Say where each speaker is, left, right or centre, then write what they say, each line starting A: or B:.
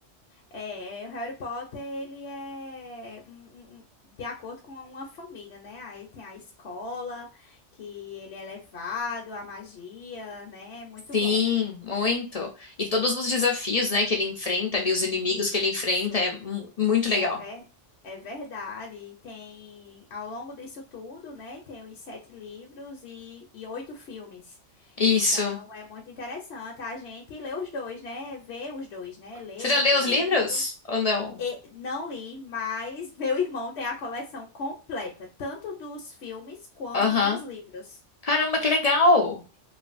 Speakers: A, on the left (about 65°); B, on the left (about 40°).
A: É, é, o Harry Potter, ele é um- um- um- de acordo com uma família, né? Aí tem a escola, que ele é levado, a magia, né? Muito
B: Sim,
A: bom.
B: muito. E todos os desafios, né, que ele enfrenta ali, os inimigos
A: Isso,
B: que ele enfrenta, é mu- muito legal.
A: é, ver, é verdade. E tem, ao longo disso tudo, né? Tem os sete livros e, e oito filmes.
B: Isso.
A: Então, é muito interessante. A gente lê os dois, né? Vê os dois, né? Lê
B: Você
A: o
B: já leu os
A: o livro.
B: livros? Ou não?
A: E- não li, mas <laughs> meu irmão tem a coleção completa, tanto dos filmes quanto
B: Aham.
A: dos livros.
B: Caramba, que legal!